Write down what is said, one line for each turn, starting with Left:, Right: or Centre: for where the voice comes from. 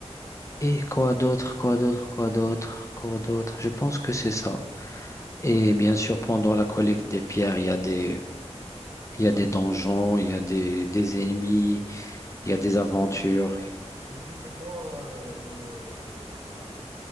Left: Et quoi d'autre, quoi d'autre, quoi d'autre, quoi d'autre. Je pense que c'est ça. Et bien sûr, pendant la collecte des pierres, il y a des Il y a des donjons, il y a des, des ennemis, il y a
Right: Et
Left: des
Right: qu'est-ce
Left: aventures.
Right: qu'il Et du coup, c'est quoi euh, le